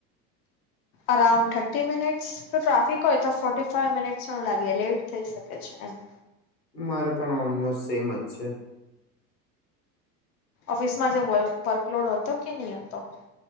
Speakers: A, on the left; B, on the left.
A: અરાઉન્ડ થર્ટી મિનિટ જો ટ્રાફિક હોય તો ફોર્ટી ફાઈવ મિનિટસ પણ લાગી લેટ થઈ શકે. છે એમ
B: મારે પણ ઓલમોસ્ટ સેમ જ છે.
A: ઓફિસમાં જે વર્કલોડ હતો કે નહી હતો.